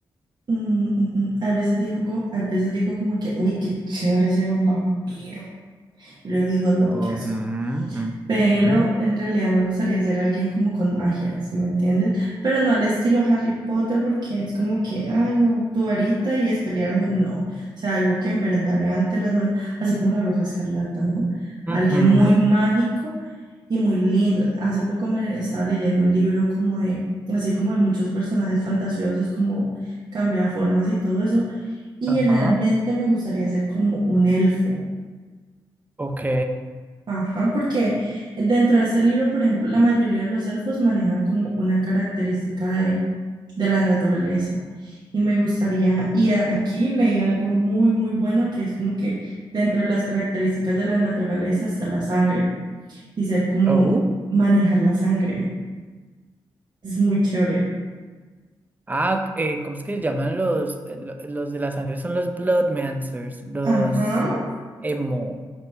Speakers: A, on the right; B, on the right.
A: mm, mm, mm, a veces digo, co- a veces digo como que, uy, qué chévere ser un vampiro. Y luego digo, no,
B: Ujú,
A: qué asco. pero
B: ujú,
A: en realidad me gustaría ser alguien como con magia, ¿sí me entiendes? Pero no al estilo Harry Potter, porque es como que, ay, no, tu varita y es pelear muy, no, o sea, algo que en verdad levante las manos, así como la bruja escarlata, ¿no? Alguien
B: ujú,
A: muy mágico y muy lindo. Hace poco me estaba leyendo un libro como de, así como de muchos personajes fantasiosos, como cambio de formas y todo eso, y
B: Ajá.
A: realmente me gustaría ser como un elfo.
B: Ok.
A: Ajá, porque dentro de ese libro, por ejemplo, la mayoría de los elfos manejan como una característica de, de la naturaleza. Y me gustaría, y a- aquí leí algo muy, muy bueno que es como que dentro de las características de la naturaleza está la sangre y ser como
B: Oh.
A: manejar la sangre. Es muy chévere.
B: Ah, eh, ¿cómo es que se llaman los, eh, lo- los de la sangre? Son los Bloodmancers, los
A: Ajá,
B: emo.